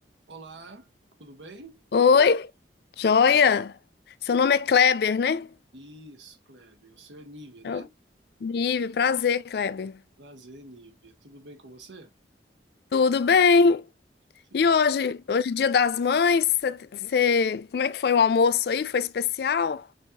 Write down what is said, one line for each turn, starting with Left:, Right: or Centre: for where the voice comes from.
Right: Olá, tudo bem?
Left: Oi, joia! Seu nome é Kleber, né?
Right: Isso, Kleber, o seu é Nívia, né?
Left: É o Live, prazer, Kleber.
Right: Prazer, Nívia. Tudo bem com você?
Left: Tudo bem?
Right: Que
Left: E
Right: bom.
Left: hoje, hoje é dia das mães, você, você- como é que foi o almoço aí? Foi especial?